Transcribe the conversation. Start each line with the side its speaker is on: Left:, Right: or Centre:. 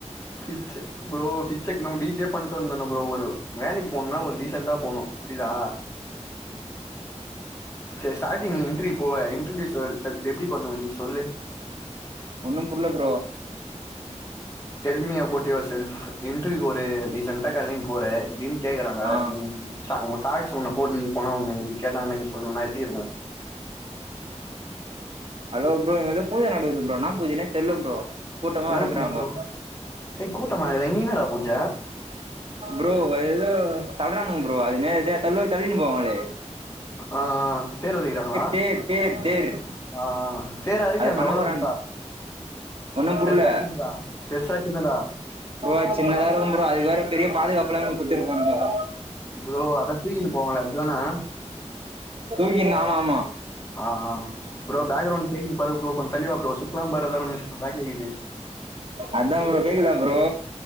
Left: கிட்சே ப்ரோ கிட்சே நம்ம வீட்லயே பண்ணிட்டு வந்தோ ப்ரோ ஒரு வேலக்கி போனுன்னா ஒரு டீசெண்டா போணு புரியுதா சேரி ஸ்டார்டிங் நீ இன்ட்ர்வியூ போவ இன்ட்ருடியூஸ் யுவர் செல்ஃப் எப்டி பண்ணுவ நீ சொல்லு
Right: ஒன்னு புர்ல bro
Left: tell me about yourself இன்டர்வியூக்கு ஒரு டிசெண்டா கெளம்பி போற திடீர்னு கேக்றாங்க
Right: ஆ
Left: ம் சா ஓ சாக்ஸ் ஒண்ண போட்டு நீ போன ஒன்ன இப்டி கேட்டாங்கன்னா நீ சொல்லணுன்னா எப்டி இருக்கு
Right: ஹலோ ப்ரோ இங்க ஏதோ பூஜ நடக்குது ப்ரோ என்னா பூஜன்னே தெர்ல ப்ரோ கூட்டமா
Left: என்ன
Right: இருக்குறாங்கோ
Left: பூஜா ப்ரோ டேய் கூட்டமாக்குதா இங்க என்னடா பூஜ
Right: ப்ரோ ஏதோ தள்ளறானுங்க ப்ரோ அது என்ன எதயோ தள்ள தள்ளின்னு போவாங்களே
Left: ஆ தேர் வலிக்கிறாங்களா
Right: தேர் தேர் தேர்
Left: ஆ தேரா இருக்கு
Right: அத
Left: அங்க
Right: பண்ண
Left: அவ்ளோ
Right: போறானு
Left: பெருசா
Right: ஒன்னும் புர்ல
Left: பெருசா சின்னதா பெருசா சின்னதா
Right: ப்ரோ அது சின்னதா இருக்கு ப்ரோ அதுக்கு வேற பெரிய பாதுகாப்புல்லா ஒன்னு குத்துட்டு போனாங்க
Left: ப்ரோ அதான் தூக்கின்னு போவாங்களே அதுதானா
Right: தூங்கினானாம்
Left: ஆ ஆ ப்ரோ பேக்ரவுண்ட் கேக்குது பாரு ப்ரோ கொஞ்சோ தள்ளி வா ப்ரோ சுக்கலாம்பரதரம் விஷ்ணுன்லா கேக்குது
Right: அதா ப்ரோ கேக்குதா ப்ரோ